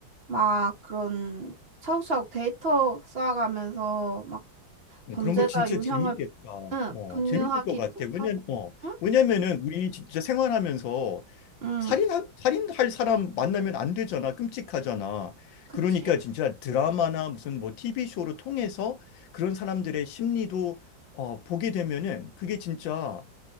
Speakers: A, on the right; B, on the left.
A: 막 그런 차곡차곡 데이터 쌓아가면서 막
B: 음,
A: 범죄자
B: 그런 거 진짜
A: 유형을
B: 재밌겠다.
A: 응,
B: 어,
A: 분류하기도
B: 재밌을 것 같아.
A: 하고
B: 왜냐면, 어,
A: 응?
B: 왜냐면은 우리 진짜 생활하면서
A: 응,
B: 살인, 살인할 사람 만나면 안 되잖아. 끔찍하잖아.
A: 그치?
B: 그러니까 진짜 드라마나 무슨 뭐 TV쇼를 통해서 그런 사람들의 심리도 어, 보게 되면은 그게 진짜